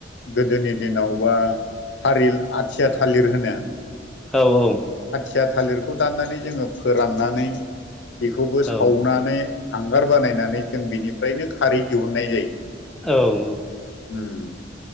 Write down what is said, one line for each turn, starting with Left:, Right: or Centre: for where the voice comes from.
Left: गोदोनि दिनाव बा थारिल आथिया थालिर होनो
Centre: औ औ।
Left: थिया थालिरखौ दाननानै जोङो फोराननानै बेखौबो सावनानै
Centre: औ
Left: हांगार बानायनानै जों बिनिफ्रायनो खारै दिहुननाय जायो।
Centre: औ औ।
Left: उम।